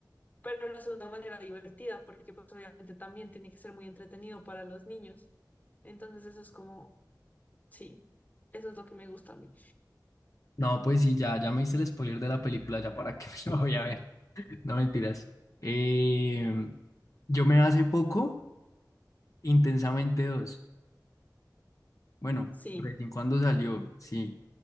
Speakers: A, on the left; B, on the left.
A: pero lo hace de una manera divertida porque pues obviamente también tiene que ser muy entretenido para los niños. Entonces eso es como, sí, eso es lo que me gusta a mí.
B: No, pues sí, ya, ya me hice el spoiler de la película, ya para que <laughs> me la voy a ver, no mentiras. Eh, yo me hace poco, Intensamente dos Bueno,
A: Sí.
B: recién cuando salió, sí.